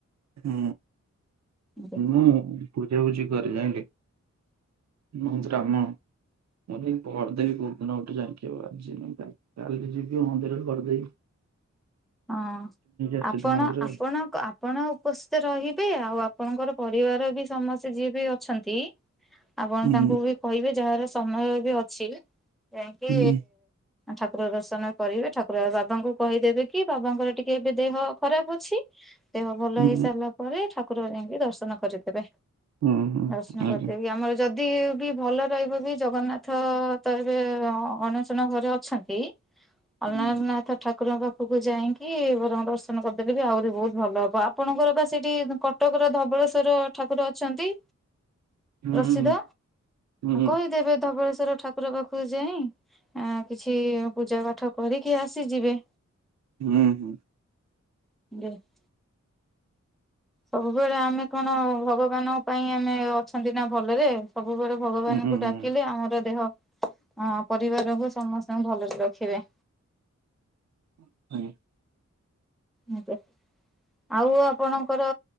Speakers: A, on the right; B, in the centre.
A: ହୁଁ
B: ହଁ
A: ମୁଁ ପୂଜାବୁଜିି କରେ ଜାଣି <unintelligible> <unintelligible> ମୁଁ ନାଇଁ କରିଦେବୀ <unintelligible> କୋଉ ଦିନ ଯାଇକି ଆଉ ଆଜି <unintelligible> କାଲି ଯିବି ମନ୍ଦିରେ କରିଦବି।
B: ହଁ
A: ଆସିଛି
B: ଆପଣ
A: ତ ମନ୍ଦିରରେ।
B: ଆପଣ ଆ ଆପଣ ଉପସ୍ଥିତ ରହିବେ ଆଉ ଆପଣଙ୍କର ପରିବାର ବି ସମସ୍ତେ ଯିଏ ବି ଅଛନ୍ତି ଆପଣ
A: ହୁଁ
B: ତାଙ୍କୁ ବି କହିବେ ଯାହାର ସମୟ ବି ଅଛି ଯାଇକି
A: ହୁଁ
B: ଠାକୁର ଦର୍ଶନ କରିବେ, ଠାକୁର ବାବାଙ୍କୁ କହିଦେବେ କି ବାବାଙ୍କର ଟିକେ ଏବେ ଦେହ ଖରାପ ଅଛି ଦେହ ଭଲ
A: ହୁଁ
B: ହେଇ ସାରିଲା ପରେ ଠା ଠାକୁର ଯାଇକି ଦର୍ଶନ କରିଦେବେ,
A: ହୁଁ ହୁଁ
B: ଦର୍ଶନ
A: ଆଜ୍ଞା।
B: କରିଦେଇକି ଆମର ଯଦି ବି ଭଲ ରହିବ ବି ଜଗନ୍ନାଥ ତ ଏବେ ଅଣସର ଘରେ ଅଛନ୍ତି।
A: ହୁଁ
B: <unintelligible> ଠାକୁରଙ୍କ ପାକୁ ଯାଇକି ଦର୍ଶନ କରିଦେଲେ ବି ଆହୁରି ବହୁତ ଭଲ ହବ, ଆପଣଙ୍କର ବା ସେଇଠି କ କଟକର ଧବଳେଶ୍ଵର ଠାକୁର ଅଛନ୍ତି।
A: <inaudible>
B: ପ୍ରସିଦ୍ଧ
A: ହୁଁ ହୁଁ ହୁଁ
B: କହିଦେବେ ଧବଳେଶ୍ଵର ଠା ଠାକୁର ପାଖକୁ ଯାଇଁ ଆ କିଛି ପୂଜା ପାଠ କରିକି ଆସି ଯିବେ।
A: ହୁଁ ହୁଁ।
B: <unintelligible> ସବୁବେଳେ ଆମେ କଣ ଭଗବାନଙ୍କ ପାଇଁ ଆମେ ଅଛନ୍ତି ନା ଭଲରେ ସବୁବେଳେ ଭଗବାନଙ୍କୁ
A: ହୁଁ ହୁଁ
B: ଡାକିଲେ ଆମର ଦେହ ଅ ପରିବାରକୁ ସମସ୍ତଙ୍କୁ ଭଲରେ ରଖିବେ।
A: <inaudible>
B: ମୁଁ ପା। ଆଉ ଆପଣଙ୍କର